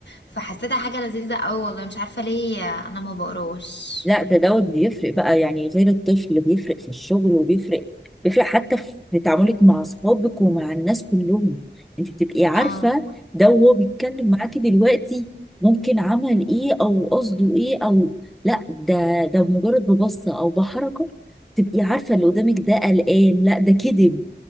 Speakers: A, on the left; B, in the centre.
A: فحسيتها حاجة لذيذة اوي والله مش عارفة ليه انا ما بقروش
B: لا ده دوت بيفرق بقى يعني غير الطفل بيفرق في الشغل وبيفرق بيفرق حتى في في تعاملك مع اصحابك ومع الناس كلهم انت بتبقي عارفه
A: اه
B: ده وهو بيتكلم معاكي دلوقتي ممكن عمل ايه او قصده ايه او لا ده ده مجرد ببصه او بحركه تبقي عارفه اللي قدامك ده قلقان لا ده كذب